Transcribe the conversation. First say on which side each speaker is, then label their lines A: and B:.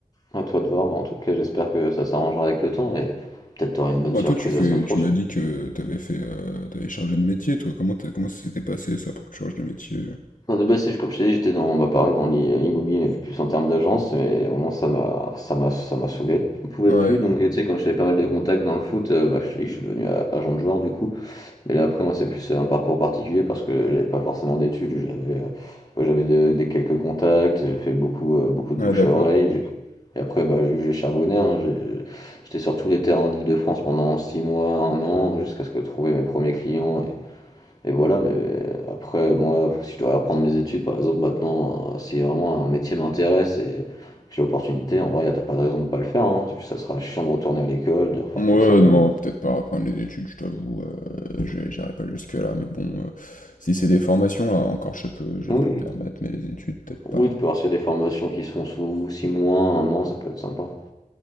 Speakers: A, on the left; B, on the left.
A: à toi de voir. Bah, en tout cas, j'espère que ça s'arrangera avec le temps et peut-être t'auras une bonne
B: Ouais,
A: surprise
B: toi, tu fais,
A: la semaine prochaine.
B: tu m'as dit que t'avais fait, euh, t'avais changé de métier, toi. Comment t'as- comment ça s'était passé ça pour que tu changes de métier?
A: Non, de base, c'est- comme je t'ai dit, j'étais dans, bah, pareil, dans l'immobilier, mais plus en termes d'agence, et vraiment, ça m'a, ça m'a, ça m'a saoulé. Je ne pouvais
B: Ouais.
A: plus, donc, tu sais, comme j'avais pas mal de contacts dans le foot, euh, bah, je, suis je suis devenu a- agent de joueur, du coup. Mais là, après, moi, c'est plus euh, un parcours particulier parce que j'avais pas forcément d'études. J'avais euh, ouais, j'avais des, des quelques contacts, j'ai fait beaucoup, euh, beaucoup de
B: Ouais,
A: bouche
B: d'accord.
A: à oreille. j'ai- Et après, bah, j'ai j'ai charbonné. hein, j'ai- J'étais sur tous les terrains d'Île-de-France pendant six mois, un an, jusqu'à ce que trouver mes premiers clients. Et, et voilà, mais euh, après, moi, si je dois reprendre mes études, par exemple, maintenant, euh, si vraiment un métier m'intéresse et que j'ai l'opportunité, en vrai, t'as pas de raison de pas le faire. hein. Ça sera chiant de retourner à l'école, de refaire
B: Ouais,
A: tout ça, mais
B: non,
A: bon.
B: peut-être pas reprendre les études, je t'avoue, euh, je- j'irai pas jusque-là, mais bon, euh, si c'est des formations, là, encore, je peux, je
A: Oui,
B: peux me permettre, mais les études, peut-être
A: Oui,
B: pas.
A: tu peux voir s'il y a des formations qui sont sous 6 mois, un an, ça peut être sympa.